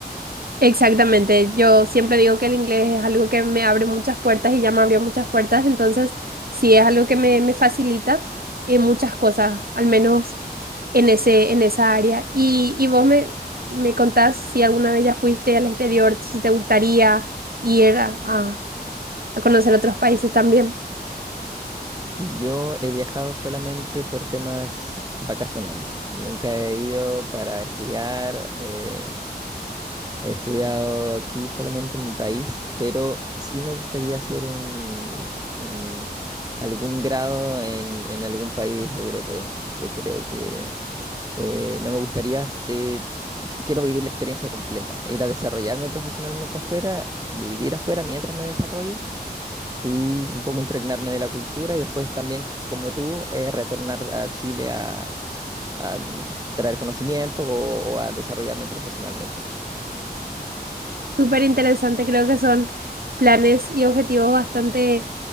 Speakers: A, on the right (about 60°); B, on the right (about 20°).
A: Exactamente, yo siempre digo que el inglés es algo que me abre muchas puertas y ya me abrió muchas puertas, entonces sí es algo que me, me facilita eh, muchas cosas, al menos en ese, en esa área. Y, y vos me, me contás si alguna vez ya fuiste al exterior, si te gustaría ir a, a- a conocer otros países también.
B: Yo he viajado solamente por temas vacacionales. Nunca he ido para estudiar. eh, he estudiado aquí solamente en mi país, pero sí me gustaría hacer un, un- algún grado en, en algún país europeo. Yo creo que eh, no me gustaría... s- eh, qu- quiero vivir la experiencia completa. Ir a desarrollarme profesionalmente afuera, vivir afuera mientras me desarrollo y un poco impregnarme de la cultura y después también, como tú, eh, retornar a Chile a, a traer conocimientos o, o a desarrollarme profesionalmente.
A: Súper interesante, creo que son planes y objetivos bastante,